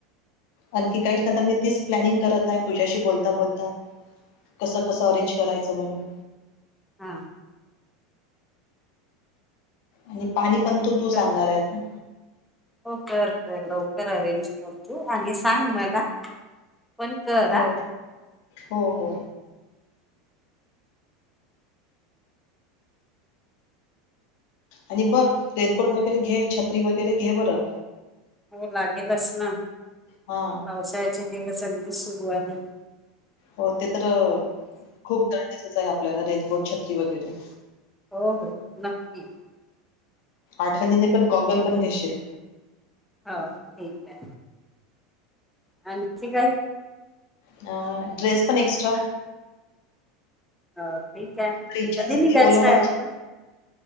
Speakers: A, on the left; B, in the centre.
A: आणखी काहीच नाही तर मी तीच प्लॅनिंग करत आहे तुझ्याशी बोलता बोलता. कसं कसं ऑरेंज करायचं म्हणून.
B: हा,
A: आणि पाणी पण तू तूच
B: कर
A: आणणार आहे ना.
B: हो कर लवकर अरेंज करतू आणि सांग मला. पण कर
A: हो
B: हा
A: हो हो, आणि बघ रेनकोट वगैरे घे छत्री वगैरे घे बरं.
B: हो लागेलच ना.
A: हा,
B: पावसाळ्याचे दिवस अगदी सुरू आहेत.
A: हो ते तर खूप गरजेचंच आहे आपल्याला रेनकोट छत्री वगैरे.
B: हो हो, नक्की.
A: आठवणीने पण गॉगल पण घेशील.
B: हो ठीक आहे आणि आणखी काही.
A: अ ड्रेस पण एक्स्ट्रा.
B: हो ठीक आहे
A: तर इच्छा
B: कधी
A: झाली
B: निघायचं
A: ओलो व्हायची
B: आहे आपण.